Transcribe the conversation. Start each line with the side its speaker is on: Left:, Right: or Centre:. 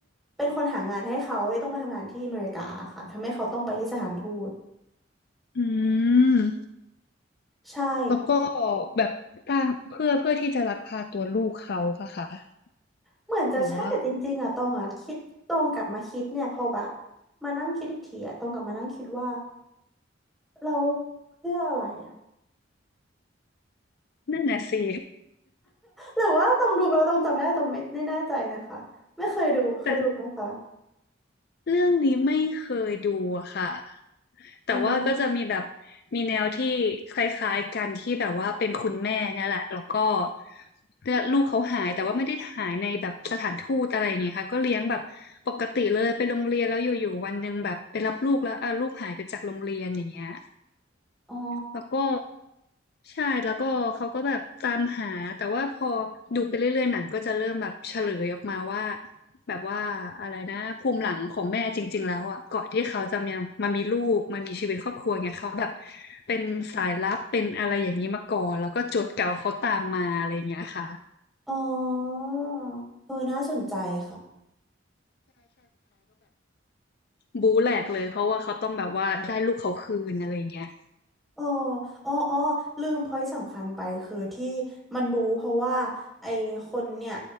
Centre: เป็นคนหางานให้เขาให้ต้องมาทำงานที่อเมริกาค่ะทำให้เขาต้องไปที่สถานทูต
Left: อืม
Centre: ใช่
Left: แล้วก็แบบสร้างเพื่อเพื่อที่จะลักพาตัวลูกเขาปะคะ
Centre: เหมือนจะใช่แต่จริงๆอะตองอะคิดตองกลับมาคิดเนี่ยพอแบบ
Left: หรือว่า
Centre: มานั่งคิดอีกทีอะตองกลับมานั่งคิดว่า เราเพื่ออะไรอ่ะ
Left: นั่นน่ะสิ
Centre: หรือว่าต้องดูไปแล้วต้องจำไม่ได้ต้องไม่ไม่แน่ใจนะคะไม่เคยดูเคยดูไหมคะ
Left: แต่เรื่องนี้ไม่เคยดูอะค่ะแต่ว่าก็จะมีแบบ
Centre: อืม
Left: มีแนวที่คล้ายๆกันที่แบบว่าเป็นคุณแม่เนี่ยแหละแล้วก็เนี่ยลูกเขาหายแต่ว่าไม่ได้หายในแบบสถานทูตอะไรอย่างเงี้ยค่ะก็เลี้ยงแบบปกติเลยไปโรงเรียนแล้วอยู่ๆวันหนึ่งแบบไปรับลูกแล้วอ่ะลูกหายไปจากโรงเรียนอย่างเงี้ย
Centre: อ๋อ
Left: แล้วก็ใช่แล้วก็เขาก็แบบตามหาแต่ว่าพอดูไปเรื่อยๆหนังก็จะเริ่มแบบเฉลยออกมาว่าแบบว่าอะไรนะภูมิหลังของแม่จริงๆแล้วอ่ะก่อนที่เขาจะมามามีลูกมามีชีวิตครอบครัวเนี่ยเขาแบบเป็นสายลับเป็นอะไรอย่างนี้มาก่อนแล้วก็โจทย์เก่าเขาตามมาอะไรอย่างเงี้ยค่ะ
Centre: อ๋อเออน่าสนใจค่ะ
Left: บู๊แหลกเลยเพราะว่าเขาต้องแบบว่าได้ลูกเขาคืนอะไรอย่างเงี้ย
Centre: อ๋ออ๋ออ๋อลืมพอยต์สำคัญไปคือที่มันบู๊เพราะว่าไอ้คนเนี่ย